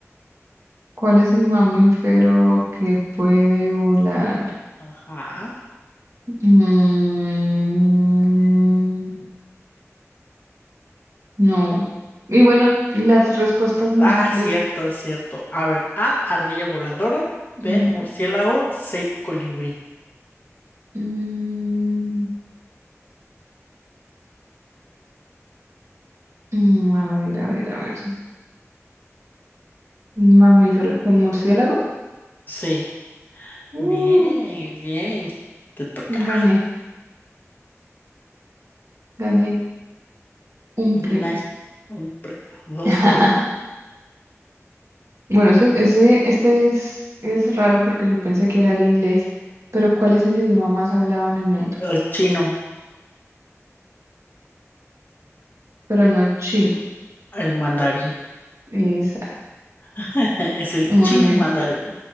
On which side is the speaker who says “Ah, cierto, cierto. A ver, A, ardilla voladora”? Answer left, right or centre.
Left